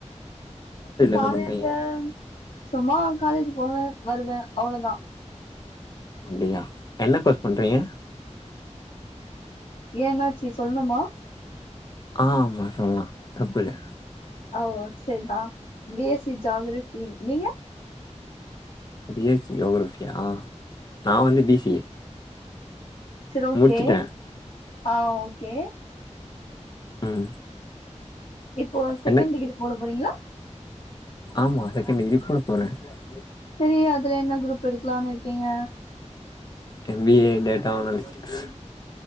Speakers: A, on the left; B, on the left.
A: காலேஜ்ல
B: என்ன பண்றீங்க
A: சும்மா காலேஜ் போவே வருவே அவ்ளோதா
B: அப்டியா என்ன கோஸ் பண்றீங்க
A: ஏன் என்னாச்சு சொல்ணுமா
B: ஆஹ் ஆமா சொல்லா தப்பில்ல
A: ஓ செரி தா பி எஸ் சி ஜாக்ரபி நீங்க
B: பி எஸ் சி ஜாக்ரஃபியா நா வந்து B C A
A: Sher okay
B: முடிச்சுட்டே
A: ஆஹ் ஓகே
B: உம்
A: இப்போ செகண்ட்
B: என்ன
A: டிகிரி போட போறீங்களா
B: ஆமா இந்த இதுக்கூட <unintelligible>
A: செரி அதுல என்னா குரூப் எடுத் லானு இருக்கீங்க
B: M B A data analytics